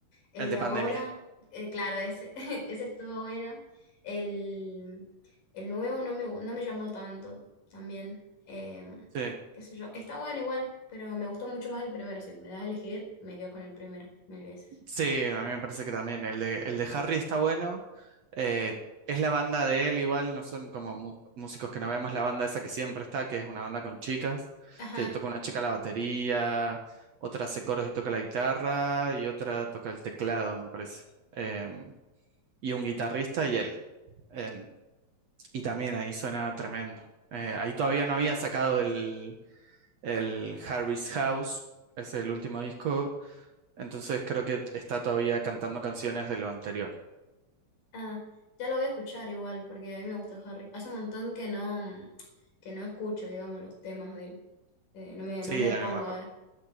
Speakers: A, on the left; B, on the right.
A: El
B: El
A: de
B: de
A: ahora,
B: Pandemia,
A: eh, claro, ese, <laughs> ese estuvo bueno. El, el nuevo no me, gu- no me llamó tanto también. em,
B: sí.
A: qué sé yo. Está bueno igual, pero me gustó mucho más el primero. Si me das a elegir, me quedo con el primero mil veces.
B: Sí, a mí me parece que también. El de, el de Harry está bueno. eh, es la banda de él igual, no son como mu- músicos que no veamos la banda esa que siempre está, que es una banda con chicas,
A: Ajá,
B: que toca una chica la batería, otra hace coros y toca la guitarra, y otra toca el teclado, me parece. Em, y un guitarrista y él. Em, y también ahí suena tremendo. Eh, ahí todavía no había sacado el, el Harry's House, es el último disco entonces creo que está todavía cantando canciones de lo anterior.
A: ah, ya lo voy a escuchar igual, porque a mí me gusta Harry. Hace un montón que no, que no escucho, digamos, los temas de él. Eh, no me,
B: Sí,
A: no me
B: a
A: pongo
B: mí me mató.
A: a ver.